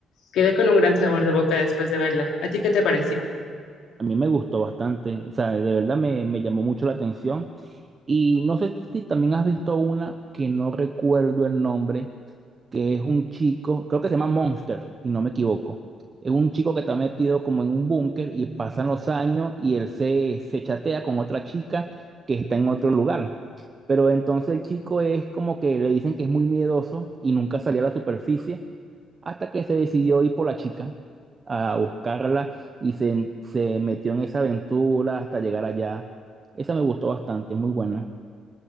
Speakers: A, on the left; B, on the right.
A: Quedé con un gran sabor de boca después de verla. ¿A ti qué te pareció?
B: A mí me gustó bastante, o sea, de verdad me, me llamó mucho la atención. Y no sé si también has visto una que no recuerdo el nombre, que es un chico, creo que se llama Monster, si no me equivoco. Es un chico que está metido como en un búnker y pasan los años y él se, se chatea con otra chica que está en otro lugar. Pero entonces el chico es como que le dicen que es muy miedoso y nunca salía a la superficie hasta que se decidió ir por la chica a buscarla y se, se metió en esa aventura hasta llegar allá. Esa me gustó bastante, muy buena.